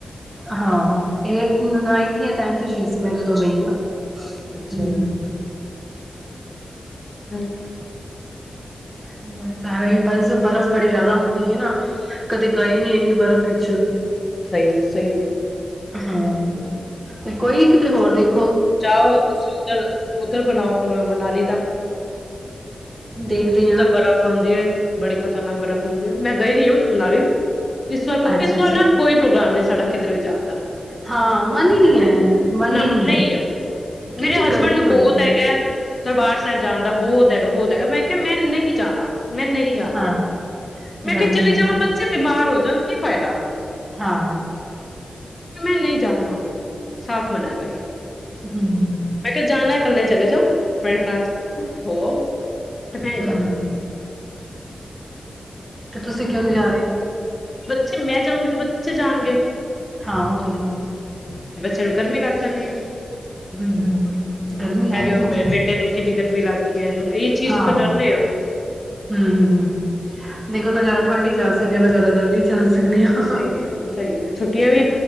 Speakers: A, on the right; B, on the left.
A: ਹਾਂ ਹਾਂ ਏਟਥ, ਨਾਈੰਥ, ਯਾ ਟੇੰਥ। ਤੁ ਅਸੀਂ ਮੈਂ ਜਦੋਂ
B: ਅੱਛਾ
A: ਗਈ ਹਾਂ ਹਮ।
B: ਅੱਛਾ, ਰਾਈਟ
A: ਬਸਂ ਸਾਰਾ ਈ ਬੱਸ ਬਰਫ਼ ਬੜੀ ਜ਼ਿਆਦਾ ਹੁੰਦੀ ਏ ਨਾ ਕਦੇ ਗਏ ਨੀ ਇੰਨੀ ਬਰਫ਼ ਵਿੱਚ।
B: ਸਹੀ ਹੈ, ਸਹੀ ਹੈ।
A: ਹਾਂ, ਤੇ ਕੋਈ ਨੀ ਕਿਤੇ ਹੋਰ ਦੇਖ
B: ਜਾਓ ਤੁਸੀਂ ਉਧਰ, ਉੱਧਰ ਬਣਾਓ ਪ੍ਰੋਗਰਾਮ ਮਨਾਲੀ ਦਾ।
A: ਦੇਖਦੇ ਹਾਂ
B: ਬਰਫ਼ ਹੁੰਦੀ ਏ ਬੜੀ ਖ਼ਤਰਨਾਕ ਬਰਫ਼ ਹੁੰਦੀ ਹੈ। ਮੈਂ ਗਈ ਦੀ ਆਹ ਮਨਾਲੀ। ਇਸ ਵਾਰ ਕੋਈ
A: ਅੱਛਾ
B: ਇਸ
A: ਅੱਛਾ
B: ਵਾਰ ਨਾ ਕੋਈ ਪ੍ਰੋਗਰਾਮ ਨੀੰ। ਸੜਕ ਕਿੱਧਰੇ ਵੀ ਜਾਣਦਾ।
A: ਹਾਂ ਮਨ ਈ ਨਹੀ ਹੈ ਮਨ
B: ਨਾ
A: ਹੀ ਨਹੀੰ
B: ਨਹੀਂ
A: ਹੈ। ਕਿਉਂਕਿ
B: ਮੇਰੇ ਹਸਬੈਂਡ
A: ਗਰਮੀ
B: ਨੂੰ
A: ਬੜੀ
B: ਬਹੁਤ
A: ਹੈ
B: ਹੈਗਾ ਦਰਬਾਰ ਸਾਹਿਬ ਜਾਣ ਦਾ ਬਹੁਤ ਹੈਗਾ ਬਹੁਤ ਹੈਗਾ ਮੈਂ ਕਿਹਾ ਮੈਂ ਨਹੀਂ ਜਾਣਾ। ਮੈਂ ਨਹੀਂ ਜਾਣਾ
A: ਹਾਂ
B: ਮੈਂ
A: ਗਰਮੀ
B: ਕਿਹਾ ਚਲੇ
A: ਹੈ
B: ਜਾਵਾਂ
A: ਨਾ
B: ਬੱਚੇ ਬਿਮਾਰ ਹੋ ਜਾ ਕੀ ਫਾਇਦਾ
A: ਹਾਂ
B: ਕਿ ਮੈਂ ਨਹੀਂ ਜਾਣਾ ਸਾਫ਼ ਮਨ ਬਾਈ
A: ਹਮ
B: ਮੈਂ ਕਿਹਾ ਜਾਣਾ ਇਕੱਲੇ ਚਲੇ ਜਾਓ ਫਰੈਂਡ ਨਾਲ ਹੋ ਆਓ ਤੇ ਮੈਂ ਨਹੀਂ
A: ਹਮ
B: ਜਾਣਾ
A: ਤੇ ਤੁਸੀਂ ਕਿਉ ਨ ਜਾ ਰਹੇ
B: ਬੇ ਮੈਂ ਜਾਊਗੀ ਤਾਂ ਬੱਚੇ ਜਾਣਗੇ
A: ਹਾਂ ਉਹ ਤਾਂ ਹੈ
B: ਚੋ ਗਰਮੀ ਲੱਗ ਜਾਂਦੀ ਆ
A: ਹਮ, ਹਮ, ਹਮ ਗਰਮੀ ਹੈਈ ਬਹੁਤ
B: ਹੋ ਬੇ-
A: ਹੈ
B: ਬੇਟੇ ਨੂੰ ਕਿੰਨੀ ਗਰਮੀ ਲੱਗ ਗਈ ਹੈ ਹੁਣ ਇਹ ਚੀਜ਼
A: ਹਾਂ ਹ
B: ਤੋਂ ਡਰਨੇ
A: ਹਮ,
B: ਆ
A: ਹਮ, ਹਮ ਹਮ ਦੇਖੋ ਨਜ਼ਾਰਾ ਠੰਢ ਹੀ ਜਾ ਸਕਦੇ ਜ਼ਿਆਦਾ ਗਰਮੀ ਚ ਜਾ ਸਕਦੇ ਹਾਂ
B: ਸਹੀ ਹੈ ਸਹੀ ਹੈ ਛੁੱਟੀਆਂ ਵੀ